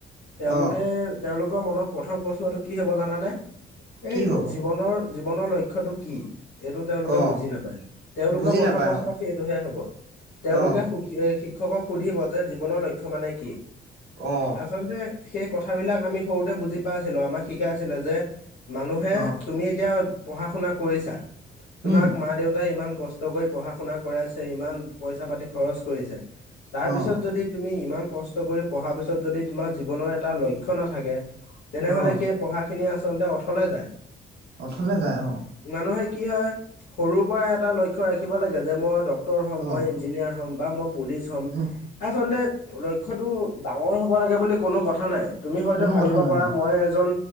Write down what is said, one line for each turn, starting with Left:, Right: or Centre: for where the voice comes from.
Left: তেওঁলোকেল
Right: অ
Left: তেওঁলোকৰ মনত প্ৰথম প্ৰশ্নটো কি হ'ব জানানে এই
Right: কি হ'ব
Left: জীৱনৰ জীৱনৰ লক্ষ্যটো কি এইটো তেওঁলোকে
Right: অ
Left: বুজি নাপায় তেওঁলোকৰ
Right: বুজি
Left: প্ৰথম
Right: নাপায়
Left: প্ৰশ্ন
Right: অ
Left: সেইটোহে হব তেওঁলোকে
Right: অ
Left: সুখী শিক্ষকক সুধিব যে জীৱনৰ লক্ষ্য মানে কি
Right: অ
Left: আচলতে সেই কথাবিলাক আমি স বুজি পাইছিলো আমাক শিকাই আছিলে যে মানুহে
Right: অ
Left: তুমি এতিয়া পঢ়া শুনা কৰিছা তোমাক
Right: উম
Left: মা দেউতাই ইমান কষ্ট কৰি পঢ়া শুনা কৰাই আছে ইমান পইচা পাতি খৰচ কৰিছে তাৰ
Right: অ
Left: পিছত যদি তুমি ইমান কষ্ট কৰি পঢ়া পিছত যদি তোমাৰ জীৱনৰ এটা লক্ষ্য নাথাকে তেনেহলে
Right: অ
Left: সেই পঢ়াখিনি আচলতে অথলে যায়
Right: অথলে যায় অ
Left: মানুহে কি হয় সৰুৰ পৰাই এটা লক্ষ্য ৰাখিব লাগে যে মই ডক্তৰ হ'ম
Right: অ
Left: মই ইঞ্জিনিয়াৰ হ'ম বা মই পুলিচ হ'ম
Right: উম
Left: আচলতে লক্ষ্যটো ডাঙৰ হ'ব লাগে বুলি কোনো কথা নাই তুমি হয়তো
Right: কোনো
Left: ভাবিব
Right: কথা নাই
Left: পাৰা
Right: অ
Left: মই এজন